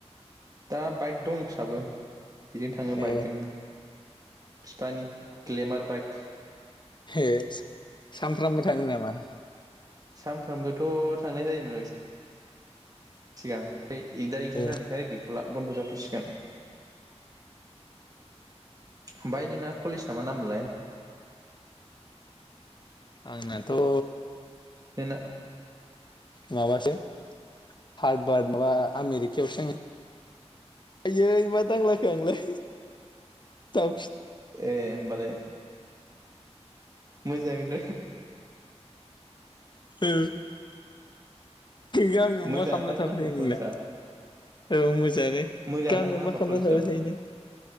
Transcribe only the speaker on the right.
दा बाइक दंसाबो। बेजों थाङो बाइकजोंनो
बिफानि ग्लेमार बाइक। <inaudible>
सामफ्रामबोथ'। अ थांनाय जायोमोनाव एसे थिगां। ओइ इदा इगजाम
जानायखाय गैथ'ला बन्द' जाथ'सिगोन। ओमफाय नोंना कलेज मा नाममोनलाय?
बेना
ए होमबालाय। मोजां दों।
मोजाङानो
दां
ना होमबा
कलेजआ
मोजाङानो
दां ना होमबा
कलेजआ